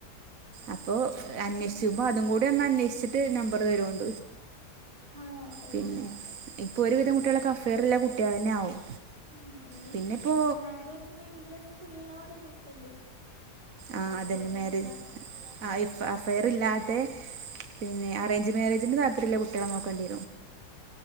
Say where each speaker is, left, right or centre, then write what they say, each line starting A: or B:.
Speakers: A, on the right; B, on the right.
A: അപ്പോ അവിക്ക്പ
B: ഉം
A: അത കൂ അ നമ്പർ തരുംണ്ട്
B: ആഹ് ഓഹ്
A: പിന്നെ ഇപ്പൊ ഒരുവിധം കുട്ടികളക്കെ അഫെയറില്ല കുട്ടികൾന്നെ ആവും
B: ഉം ഇനി
A: പിന്നെ ഇപ്പോ
B: മാരേജിന് ഇൻട്രസ്റ്റ് ഉള്ളോരെ നോക്കേണ്ടി വരും ലൈക്ക്
A: ആ
B: അഫെയർ
A: അതന്ന
B: ഒന്നും
A: മരേജ്
B: ഇല്ലാത്ത
A: ആ അ ഫെയർല്ലാ ത്തെ പിന്നെ അറേഞ്ച് മാരേജിന്റെ കുട്ടികളെ നോക്കണ്ടേ